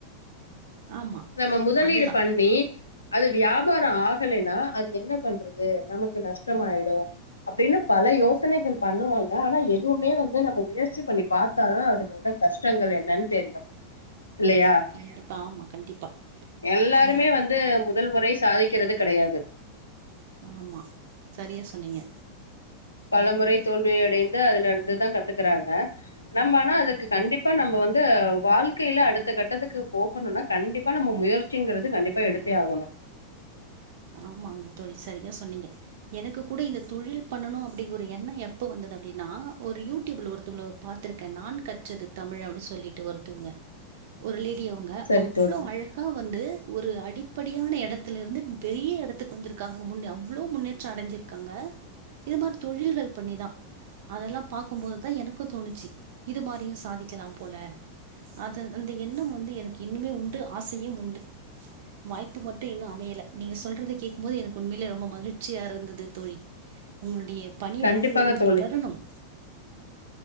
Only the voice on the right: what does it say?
ஆமா
அதுதா
கண்டிப்பா ஆமா கண்டிப்பா
ஆ
ஆமா சரியா சொன்னிங்க
ஆமாங்கா தோழி சரியா சொன்னீங்க எனக்கு கூட இந்த தொழில் பண்ணணு அப்டிங்கற எண்ண எப்ப வந்தது அப்டின்னா ஒரு யூடியூப்ல ஒருத்த ஒருத்தங் பாத்துக்கே நா கற்றது தமிழ் அப்டின்னு சொல்லிட்டு ஒருத்தவங்க ஒரு லேடி அவங்க
அவ்ளோ
அழகா வந்து ஒரு அடிப்படையான எடத்துலருந்து பெரிய எடத்துக்கு வந்துருக்காங்க முன்ன அவ்ளோ முன்னேற்ற அடஞ்சிருக்காங்க இது மாரி தொழில்கள் பண்ணிதா அதெல்லா பாக்கும்போதுதா எனக்கு தோணுச்சு இது மாறியும் சாதிக்கலாம் போல அது அந்த எண்ணம் வந்து எனக்கு இன்னுமே உண்டு ஆசையும் உண்டு வாய்ப்பு மட்டு இன்னும் அமையல நீங்க சொல்றது கேக்கும் போது எனக்கு உண்மையிலயே ரொம்ப மகிழ்ச்சியா இருந்தது தோழி உங்களுடைய பணி
வந்து
தொடரணும்